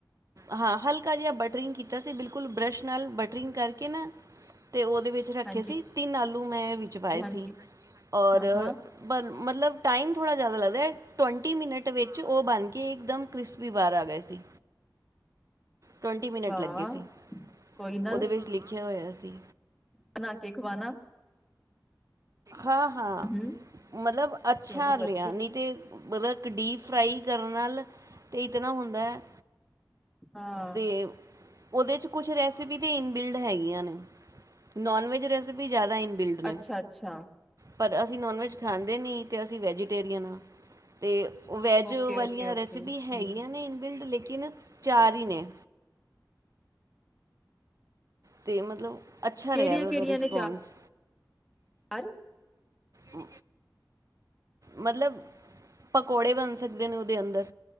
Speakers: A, on the right; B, in the centre.
A: ਹਾਂ ਹਲਕਾ ਜਿਹਾ ਬਟਰਿੰਗ ਕੀਤਾ ਸੀ ਬਿਲਕੁਲ ਬਰਸ਼ ਨਾਲ ਬਟਰਿੰਗ ਕਰਕੇ ਨਾ ਤੇ ਉਹਦੇ ਵਿੱਚ ਰੱਖੇ
B: ਹਾਂਜੀ
A: ਸੀ ਤਿੰਨ ਆਲ ਲੂ ਮੈਂ ਵਿੱਚ ਪਾਏ
B: ਹਾਂਜੀ
A: ਸੀ ਔਰ
B: ਹਾਂ ਹਾਂ
A: ਬਣ ਮਤਲਬ ਟਾਈਮ ਥੋੜਾ ਜਿਆਦਾ ਲੱਗ <unintelligible> ਟਵੰਟੀ ਮਿਨਟ ਵਿੱਚ ਉਹ ਬਣ ਕੇ ਇੱਕ ਦਮ ਕ੍ਰਿਸਪੀ ਬਾਰ ਆ ਗਏ ਸੀ। ਟਵੰਟੀ ਮਿਨਟ
B: ਵਾਹ
A: ਲੱਗੇ ਸੀ।
B: ਕੋਈ ਨਾ
A: ਉਹਦੇ ਵਿੱਚ ਲਿੱ ਖਿਆ ਹੋਇਆ ਸੀ।
B: ਬਣਾ ਕੇ ਖਵਾਨਾ।
A: ਹਾਂ-ਹਾਂ,
B: ਹਮ
A: ਮਤਲਬ ਅੱਛਾ
B: ਚਲੋ
A: ਲਿਆ
B: ਵਧੀਆ
A: ਨਈ ਤੇ ਮਲ ਇੱਕ ਡੀਪ ਫਰਾਈ ਕਰਨ ਨਾਲ ਤੇ ਕਿ ਦੇਣਾ ਹੁੰਦਾ ਹੈ।
B: ਹਾਂ
A: ਤੇ ਉਹਦੇ ਚ ਕੁਛ ਰੈਸਪੀ ਇਨਬਿਲਡ ਹੈਗੀਆਂ ਨੇ ਨੋਨ ਵੈਜ ਰੈਸਪੀ ਵੀ ਜ਼ਿਆਦਾ ਇਨ ਬਿਲਡ ਨੇ
B: ਅੱਛਾ ਅੱਛਾ
A: ਪਰ ਅਸੀਂ ਨੋਨ ਵੈੱਜ ਖਾਂਦੇ ਨਹੀਂ, ਅਤੇ ਅਸੀਂ ਵੈਜੀਟੇਰੀਅਨ ਹਾਂ ਅਤੇ ਵੈਜ
B: ਓਕੇ
A: ਵਾਲੀਆਂ
B: ਓਕੇ ਓਕੇ
A: ਰੈਸਿਪੀ
B: ਠੀਕ
A: ਹੈਗੀਆਂ ਨੇ ਇਨਿਲਡ ਲੈ ਕਿਨਾ ਚਾਰ
B: ਹੈ
A: ਨੇ ਤੇ ਮਤਲਬ ਅੱਛਾ
B: ਕਿਹੜੀਆਂ-ਕਿਹੜੀਆਂ
A: ਰਿਹਾ ਵ ਉਹਦਾ ਰਿਸਪੋਂਸ
B: ਨੇ ਚਾਰ
A: ਹੂ ਮਤਲਬ ਪਕੌੜੇ ਬਣ ਸਕਦੇ ਨੇ ਉਹਦੇ ਅੰਦਰ